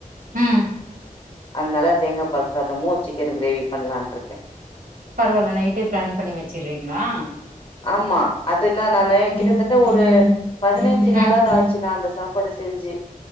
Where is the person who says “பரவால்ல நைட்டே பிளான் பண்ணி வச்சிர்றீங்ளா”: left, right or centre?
Right